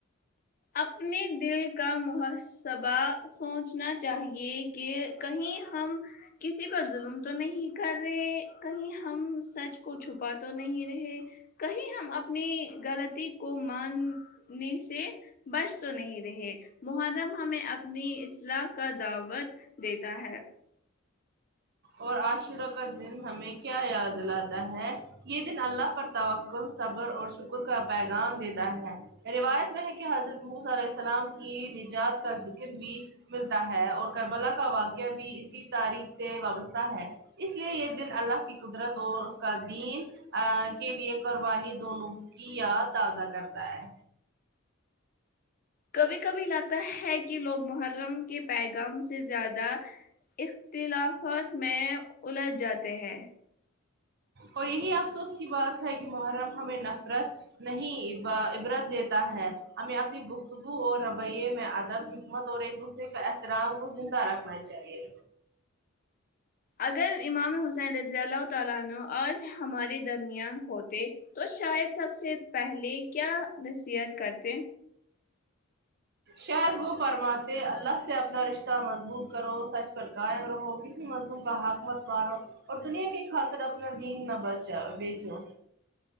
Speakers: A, on the left; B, on the right.
A: اپنے دل کا محسبہ سوچنا چاہیے کہ کہیں ہم کسی پر ظلم تو نہیں کر رہے کہیں ہم سچ کو چھپا تو نہیں رہے کہیں ہم اپنی غلطی کو ماننے سے بچ تو نہیں رہے محرم ہمیں اپنی اصلاح کا دعوت دیتا ہے
B: اور عاشورہ کا دن ہمیں کیا یاد دلاتا ہے یہ دن الله پر توقع صبر اور شکر کا پیغام دیتا ہے روایت میں ہے کے حضرت موسی علیہ السلام کی نجات کا ذکر بھی ملتا ہے اور کربلا کا واقعہ بھی اسی تاریخ سے وابستہ تا ہے اس لیے یے دن الله کی قدرت اور اس کا دین آ کے لیے قربانی دونوں کی یاد تازہ کرتا ہے
A: کبھی کبھی لگتا ہے کی لوگ محرم کے پیغام سے زیادہ اختلافات میں الج جاتے ہیں
B: اور یہی افسوس کی بات ہے کی محرم ہمیں نفرت نہیں عبرت دیتا ہے ہمیں اپنی گفتگو اور رویے میں ادب حکمت اور ایک سے کا احترام کو زندہ رکھنا چاہیے
A: اگر امام حسین رضی اللہ تعالی عنہ آج ہمارے درمیان ہوتے تو شاید سب سے پہلے کیا نصیحت کرتے
B: شاید وہ فرماتے الله سے اپنا رشتہ مضبوط کرو سچ پر قائم رہو کسی مضلوم کا حق مت مارو اور دنیا کی خاطر اپنا دین نہ بچا بیچو